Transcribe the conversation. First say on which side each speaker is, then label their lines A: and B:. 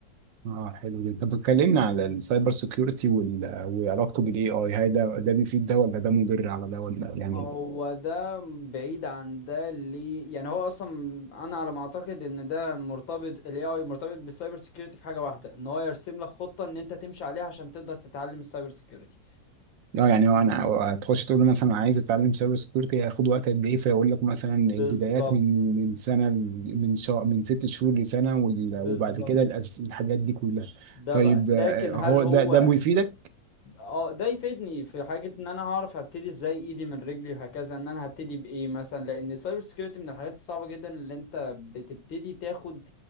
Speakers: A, on the right; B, on the left.
A: اه حلو جدا طب اتكلمنا على السايبر سيكيورتي وال... وعلاقته بالاي اي هل ده ده بيفيد ده ولا ده مضر على ده ولا يعني
B: هو ده بعيد عن ده اللي يعني هو اصلا انا على ما اعتقد ان ده مرتبط ال AI مرتبط بالسايبر سيكيورتي في حاجه واحده ان هو يرسم لك خطه ان انت تمشي عليها عشان تقدر تتعلم السايبر سيكيورتي
A: اه يعني هو انا تخش تقول له مثلا أنا عايز اتعلم سايبر سكيورتي هياخد وقت قد ايه فيقول لك مثلا البدايات
B: بالظبط
A: من من سنه ل- من شهر من ست شهور لسنه وال-
B: بالظبط
A: وبعد كده الأس- الحاجات دي كلها
B: ده
A: طيب
B: بقى لكن
A: آه، هو
B: هل هو
A: ده ده بيفيدك
B: اه ده يفيدني في حاجه ان انا هعرف هبتدي ازاي ايدي من رجلي وهكذا ان انا هبتدي بايه مثلا لان السايبر سيكيورتي من الحاجات الصعبه جدا اللي انت بتبتدي تاخد